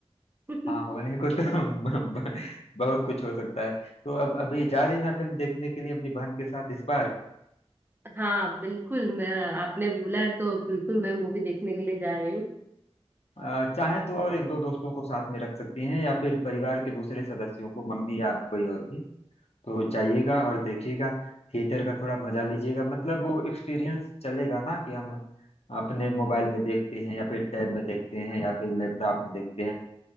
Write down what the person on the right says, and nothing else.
<laughs>
हाँ बिल्कुल मैं आपने बोला है तो बिल्कुल मैं मूवी देखने के लिए जा रही हूँ